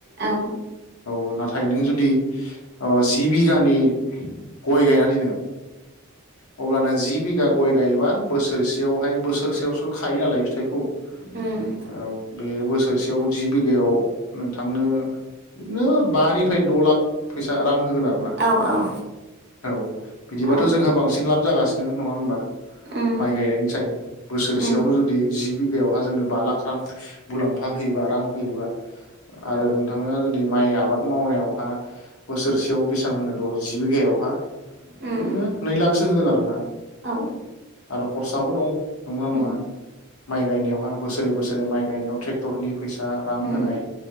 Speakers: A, on the right; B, on the left.
A: ‌औ।
B: औ नाथाय नों जुदि जि बिगानि गय गायना दोनो। अब्लाना जि बिघा गय गायबा बोसोरसेयावहाय बोसोरसेयावसो खायो नालाय फिथाइखौ। औ
A: उम
B: से बोसोर। थोरसेयाव जिबो। बिघायाव नोंथांनो। बिदिनो बानिफ्राय द' लाख। फैसा रां होगोन आरोना
A: औ औ
B: औ बिदिबाथ'
A: औ
B: जोंहा। लाब जागासिनो नङा होमबा।
A: उम
B: माइ गायनायनिसाय बोसोरसेयावनो
A: उम
B: जुदि जि। बेवहाय जोंनो बा लाख रां मुलाम्फा होयोबा रां होयोबा। आरो
A: औ
B: नोंथाङा जुदि। बे माइ आबाद मावनायावहा। बोसोरसेयाव बेसेबां होनो द'। जि बिगायावहा।
A: उम
B: ना। नै लाखसो होगोन आरोना
A: औ
B: आरो। खरसाबो दं। नङा
A: उम
B: नङा। माइ गायनायावहा बोसोरै बोसोरै माइ गायनायाव ट्रेक्टरनि। फैसा रां
A: उम
B: होनाय